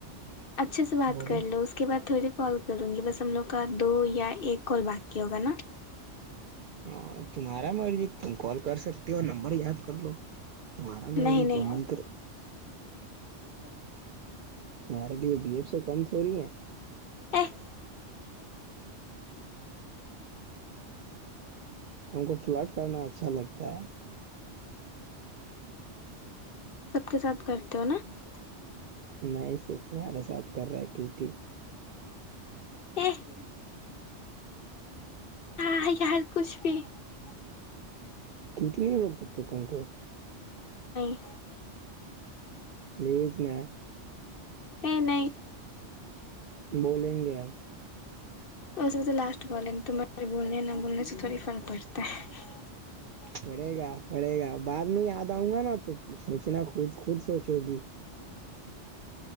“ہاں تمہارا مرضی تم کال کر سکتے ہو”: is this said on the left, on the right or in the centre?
Right